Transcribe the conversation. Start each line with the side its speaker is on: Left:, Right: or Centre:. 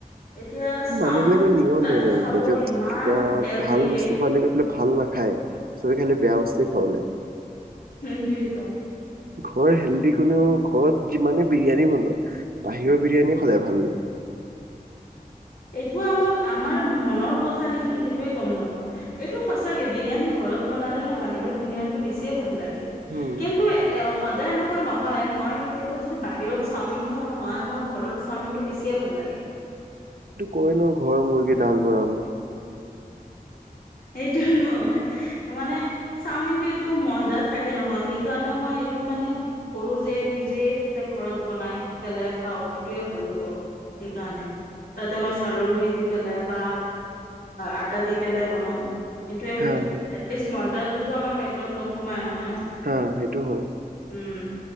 Left: এতিয়া চাওমিন
Right: মানুহ বিলাকৰ নিয়ম
Left: তাতে
Right: হৈ গৈ
Left: খাব
Right: পেলাই য'ত
Left: ইমান
Right: কিবা
Left: তেল
Right: ভাল
Left: দিয়ে
Right: বস্তু পালে গৈ পেলাই ভাল নাখায়। চবে খালি বেয়া বস্তুেই খাব লাগে
Left: সেইটোতো
Right: ঘৰত হেল্ডি হ'লেও ঘৰত যিমানে বিৰিয়ানী বনোৱা বাহিৰৰ বিৰিয়ানি সদায় ভাল লাগে।
Left: এইটো আমাৰ আমাৰ মনৰ কথা নেকি? কি সেইটয়ে গ'ম নাপাওঁ, এইটো সঁচাকে বিৰিয়ানী ঘৰত বনালে ন বাহিৰত বিৰিয়ানটো বেছিয়ে ভাল লাগে।
Right: উম
Left: কিন্তু সদায় এনেকুৱা নহয় মই কেতিয়াবা যদি বাহিৰত চাওমিন খাওঁ নহয় মোৰ ঘৰৰ চাওমিনটো বেছিয়ে ভাল লাগে।
Right: এইটো কয় ন ঘৰৰ মুৰ্গী ডাল বৰাবৰ।
Left: এইটো নহয়। মানে চাওমিনটো এইটো ময়দা থাকে নহয় সেইকাৰণে মই এইটো মানে কৰো যে নিজেই যাতে ঘৰত বনাই পেলাই খাওঁ এইটোয়ে ভাল হব। সেইকাৰণে, তাতে আমই চালৰ গুৰি দি পেলাই বা আটা দি পেলাই বনাওঁ সেইটোৱে
Right: হা
Left: ভাল।
Right: হা
Left: এটলিষ্ট ময়দাযোৰতো আমাৰ পেটত নোসোমাই নহয়
Right: হা সেইটো হয়
Left: উম।